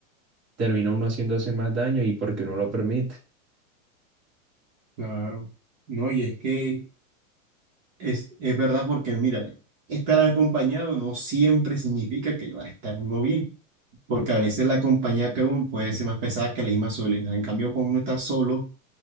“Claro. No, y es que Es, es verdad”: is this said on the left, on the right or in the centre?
Right